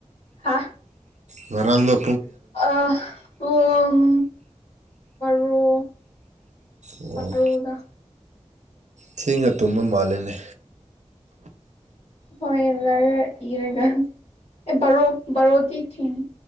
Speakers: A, on the left (about 60°); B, on the right (about 80°).
A: ꯍꯥ
B: ꯃꯔꯔꯜꯗ
A: ꯑ ꯄꯨꯡ ꯔꯣ
B: ꯑꯣ
A: ꯇꯔꯧꯗ
B: ꯊꯦꯡꯅ ꯇꯨꯝꯕ ꯃꯥꯜꯂꯤꯅꯤ
A: ꯍꯣꯏ ꯂꯔ ꯏꯔꯒ ꯑꯦ ꯕꯥꯔꯣ ꯕꯥꯔꯣꯗꯤ ꯊꯝ